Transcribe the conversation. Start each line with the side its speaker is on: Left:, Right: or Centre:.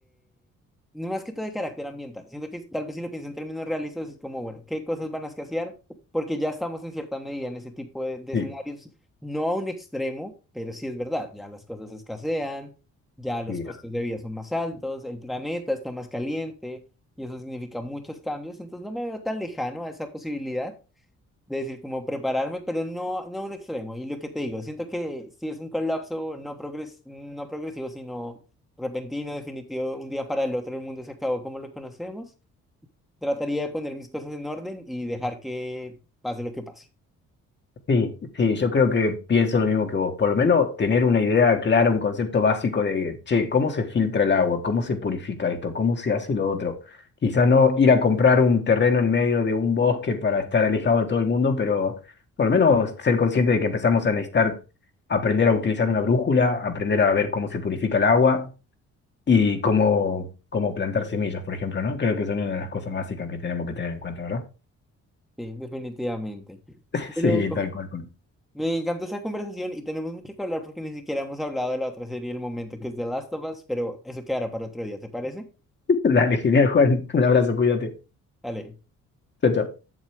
Centre: no más que todo de carácter ambiental. Siento que tal vez si lo pienso en términos realistas, es como, bueno, ¿qué cosas van a escasear? Porque ya estamos en cierta medida en ese tipo de, de
Left: Sí,
Centre: escenarios, no a un extremo, pero sí es verdad, ya las cosas escasean, ya los
Left: sí,
Centre: costos de vida son más altos, el planeta está más caliente y eso significa muchos cambios, entonces no me veo tan lejano a esa posibilidad de decir como prepararme, pero no, no a un extremo. Y lo que te digo, siento que si es un colapso no progres no progresivo, sino repentino, definitivo, un día para el otro el mundo se acabó como lo conocemos, trataría de poner mis cosas en orden y dejar que pase lo que pase.
Left: sí, sí, yo creo que pienso lo mismo que vos. Por lo menos tener una idea clara, un concepto básico de, che, ¿cómo se filtra el agua? ¿Cómo se purifica esto? ¿Cómo se hace lo otro? Quizás no ir a comprar un terreno en medio de un bosque para estar alejado de todo el mundo, pero por lo menos ser consciente de que empezamos a necesitar aprender a utilizar una brújula, aprender a ver cómo se purifica el agua y cómo, cómo plantar semillas, por ejemplo, ¿no? Creo que son una de las cosas básicas que tenemos que tener en cuenta, ¿verdad?
Centre: Sí, definitivamente.
Left: <laughs>
Centre: Bueno,
Left: Sí,
Centre: co-
Left: tal cual. Juan.
Centre: me encantó esa conversación y tenemos mucho que hablar porque ni siquiera hemos hablado de la otra serie del momento que es The Last of Us, pero eso quedará para otro día, ¿te parece?
Left: <laughs> Dale, genial, Juan. Un abrazo, cuídate.
Centre: Dale.
Left: Chao, chao.